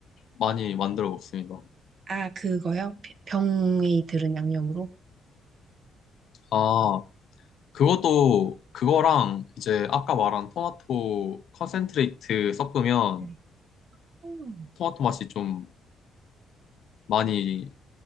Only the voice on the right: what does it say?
아, 그거요? 병- 병에 들은 양념으로?
네. 음.